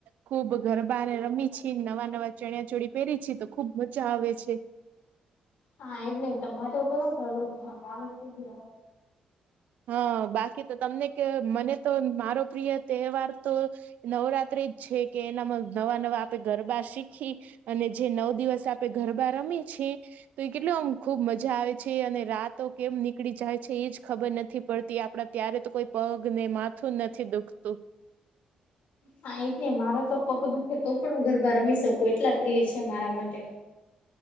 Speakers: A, on the right; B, on the left.
A: ખુબ ગર બારે રમી છી, નવાં-નવાં ચણિયા ચોળી પહેરી છી તો ખૂબ મજા આવે છે.
B: હા એમ નઈ તમારો કયો ફેવરિટ છે?
A: હા બાકી તો તમને કે મને તો મારો પ્રિય તહેવાર તો નવરાત્રી જ છે કે એનામાં નવાં-નવાં આપે ગરબા શીખી અને જે નવ દિવસ આપણે ગરબા રમીએ છી. તો એ કેટલો આમ ખૂબ મજા આવે છે અને રાતો કેમ નીકળી જાય છે એજ ખબર નથ થી પડતી આપડા ત્યારે તો કોઈ પગને માથું નથી દુખતું.
B: હા એજ ને મારા તો પગ દુખે તો પણ હું ગરબા રમી શકું એટલા પ્રિય છે મારા માટે.